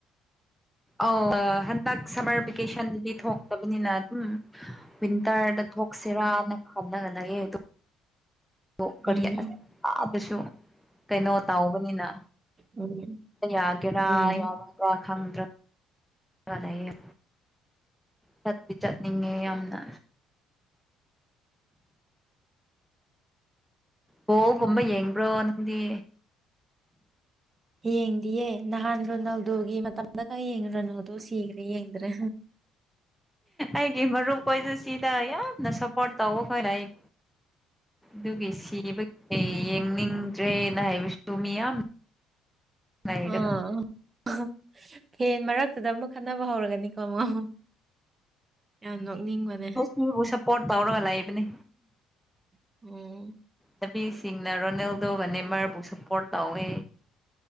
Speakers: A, in the centre; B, on the right (about 25°).
A: ꯑꯧ ꯍꯟꯗꯛ ꯁꯝꯃꯔ ꯚꯦꯀꯦꯁꯟꯗꯗꯤ ꯊꯣꯛꯇꯕꯅꯤꯅ ꯎꯝ ꯋꯤꯟꯇꯔꯗ ꯊꯣꯛꯁꯤꯔꯅ ꯈꯜꯂꯒ ꯂꯩꯌꯦ ꯑꯗꯨꯝ <unintelligible> ꯀꯔꯤ
B: ꯎꯝ
A: ꯑꯥꯗꯁꯨ ꯀꯩꯅꯣ ꯇꯧꯕꯅꯤꯅ
B: ꯎꯝ
A: ꯌꯥꯒꯦꯔꯥ
B: ꯎꯝ
A: ꯌꯥꯔꯣꯏꯔꯥ ꯈꯪꯗ꯭ꯔꯦ ꯇꯧꯔ ꯂꯩꯌꯦ ꯆꯠꯄꯤ ꯆꯠꯅꯤꯡꯉꯦ ꯌꯥꯝꯅ ꯕꯣꯒꯨꯝꯕ ꯌꯦꯡꯕ꯭ꯔꯣ ꯅꯪꯗꯤ
B: ꯌꯦꯡꯗꯤꯌꯦ ꯅꯍꯥꯟ ꯔꯣꯅꯥꯜꯗꯣꯒꯤ ꯃꯇꯝꯗ ꯈꯛ ꯌꯦꯡꯉꯦ ꯔꯣꯅꯥꯜꯗꯣ ꯁꯤꯈ꯭ꯔꯦ ꯌꯦꯡꯗ꯭ꯔꯦ
A: ꯑꯩꯒꯤ ꯃꯔꯨꯞꯈꯣꯏꯁꯨ ꯁꯤꯗ ꯌꯥꯝꯅ ꯁꯞꯄꯣꯔꯠ ꯇꯧꯕ ꯈꯔ ꯂꯩ꯫ ꯗꯨꯒꯤ ꯁꯤꯕ <unintelligible> ꯌꯦꯡꯅꯤꯡꯗ꯭ꯔꯦꯅ ꯍꯥꯏꯕꯁꯨ ꯃꯤ ꯌꯥꯝ ꯂꯩꯔꯒ
B: ꯑ <unintelligible> ꯐꯦꯟ ꯃꯔꯛꯇꯨꯗ ꯑꯃꯨꯛ ꯈꯠꯅꯕ ꯍꯧꯔꯛꯒꯅꯤꯀꯣ ꯑꯃꯨꯛ ꯌꯥꯝ ꯅꯣꯛꯅꯤꯡꯕꯅꯦ꯫
A: ꯃꯤꯕꯨ ꯁꯞꯄꯣꯔꯠ ꯇꯧꯔꯒ ꯂꯩꯥꯕꯅꯤ꯫
B: <unintelligible>
A: ꯅꯨꯄꯤꯁꯤꯡꯅ ꯔꯣꯅꯦꯜꯗꯣꯒ ꯅꯦꯃꯥꯔꯕꯨ ꯁꯞꯄꯣꯔꯠ ꯇꯧꯋꯦ꯫